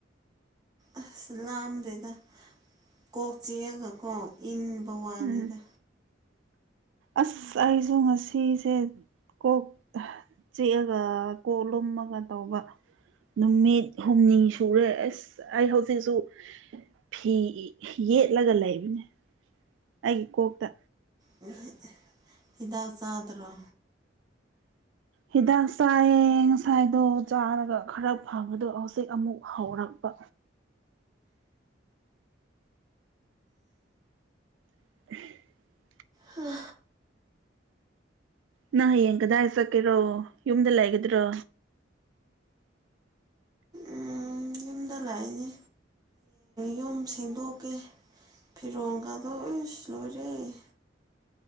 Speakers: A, on the right; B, on the right.
A: ꯑꯁ ꯂꯥꯑꯝꯗꯦꯗ ꯀꯣꯛ ꯆꯤꯛꯑꯒꯀꯣ ꯏꯪꯕ ꯋꯥꯅꯤꯗ
B: ꯎꯝ ꯑꯁ ꯑꯩꯁꯨ ꯉꯁꯤꯁꯦ ꯀꯣꯛ ꯆꯤꯛꯑꯒ ꯀꯣꯛ ꯂꯨꯝꯃꯒ ꯇꯧꯕ ꯅꯨꯃꯤꯠ ꯍꯨꯝꯅꯤ ꯁꯨꯔꯦ ꯑꯁ ꯑꯩ ꯍꯧꯖꯤꯛꯁꯨ ꯐꯤ ꯌꯦꯠꯂꯒ ꯂꯩꯕꯅꯦ ꯑꯩꯒꯤ ꯀꯣꯛꯇ
A: <unintelligible> ꯍꯤꯗꯥꯛ ꯆꯥꯗ꯭ꯔꯣ
B: ꯍꯤꯗꯥꯛ ꯆꯥꯏꯌꯦ ꯉꯁꯥꯏꯗꯣ ꯆꯥꯔꯒ ꯈꯔ ꯐꯪꯕꯗꯣ ꯍꯧꯖꯤꯛ ꯑꯃꯨꯛ ꯍꯧꯔꯛꯄ <unintelligible>
A: ꯍꯥ
B: ꯅꯪ ꯍꯌꯦꯡ ꯀꯗꯥꯏ ꯆꯠꯀꯦꯔꯣ ꯌꯨꯝꯗ ꯂꯩꯒꯗ꯭ꯔꯣ
A: ꯎꯝ ꯌꯨꯝ ꯗ ꯂꯥꯏꯅꯤ ꯌꯨꯝ ꯁꯦꯡꯗꯣꯛꯀꯦ ꯐꯤꯔꯣꯜꯒꯥꯗꯣ ꯏꯁ ꯂꯣꯏꯔꯦ